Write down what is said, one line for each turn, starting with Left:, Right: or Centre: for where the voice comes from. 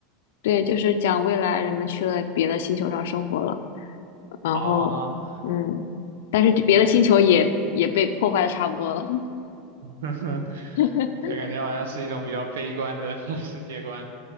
Left: 对，就是讲未来人们去了别的星球上生活了。然后，
Right: 啊，
Left: 嗯，但是别的星球也也被破坏的差不多了。
Right: 对，<laughs>
Left: <laughs>
Right: 对，感觉好像是一种比较悲观的 <laughs> 世界观。